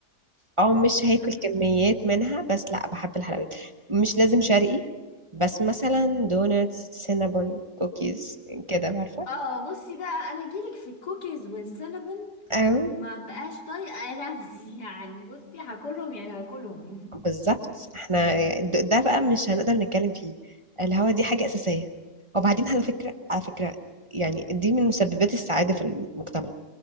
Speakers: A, on the right (about 20°); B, on the left (about 70°).
A: اه مش هاكل
B: انا ما
A: كميات
B: بحبهاش
A: منها بس لا بحب الحلويات مش لازم شرقي بس مثلا دونتس سينابون كوكيز كده عارفه
B: اه بصي بقى انا جيلك في الكوكيز والسينابون
A: او
B: ما بقاش طايقه نفسي <laughs> يعني بصي هاكلهم يعني هاكلهم
A: بالظبط احنا د- ده بقى مش هنقدر نتكلم فيه الهوا دي حاجة أساسية وبعدين على فكرة على فكرة يعني دي من مسببات السعادة في المجتمع